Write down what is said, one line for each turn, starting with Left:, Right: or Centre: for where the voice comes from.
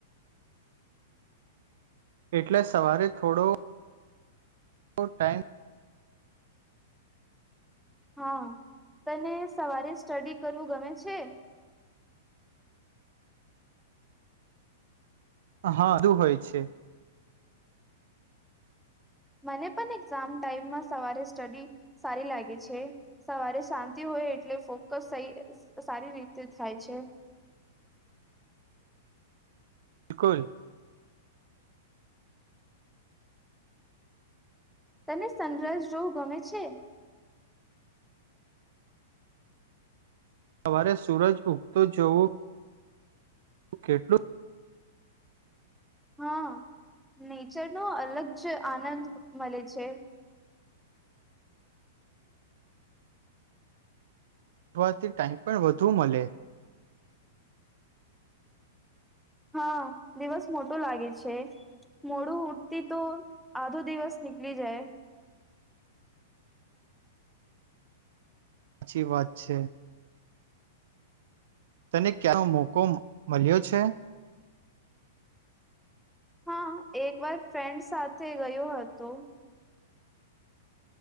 Right: એટલે સવારે થોડો ટાઈમ
Centre: હા તને સવારે સ્ટડી કરવું ગમે છે.
Right: હાધું હોય છે <inaudible>
Centre: મને પણ એક્ઝામ ટાાઈમમાં સવારે સ્ટડી સારી લાગે છે સવારે શાંતિ હોય એટલે ફોકસ સારી રીતે થાય છે.
Right: બિલકુલ.
Centre: તને સનરાઝ જોવું ગમે છે.
Right: સવારે સૂરજ ઊગતો જોવું હું કેટલું
Centre: હા નેચરનોો અલગ જ આનંદ મળે છે.
Right: અવાથી ટાઈઇમ પણ વધુ મળે.
Centre: હા દિવસ મોટો લાગે છે મોડું ઉઠતી તો આધો દિવસ નીકળી જાય.
Right: સાચી વાત છે તને ક્યાંનો મોકો મળ્યો છે.
Centre: હા એક વાર ફ્રેન્ડ સાથે ગયો હતો.